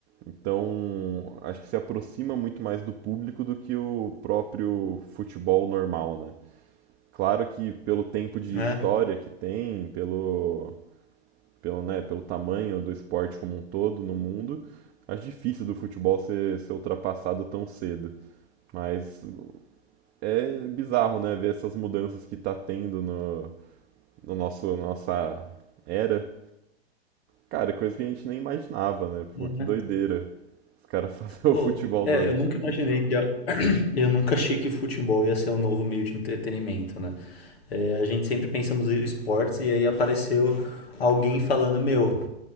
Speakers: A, on the right; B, on the left.
A: Então, acho que se aproxima muito mais do público do que o próprio futebol normal, né. Claro que pelo tempo de
B: né?
A: história que tem, pelo pelo, né, pelo tamanho do esporte como um todo no mundo, acho difícil do futebol ser, ser ultrapassado tão cedo. Mas é bizarro, né, ver essas mudanças que tá tendo no, no nosso nossa era. Cara, é coisa que a gente nem imaginava, né?
B: É.
A: Pô, que doideira. Os caras <laughs> fazer o
B: Pô,
A: futebol
B: é,
A: doido.
B: eu nunca imaginei que a... <clears throat> eu nunca achei que o futebol ia ser um novo meio de entretenimento, né? É, a gente sempre pensa nos esportes e aí apareceu alguém falando, meu,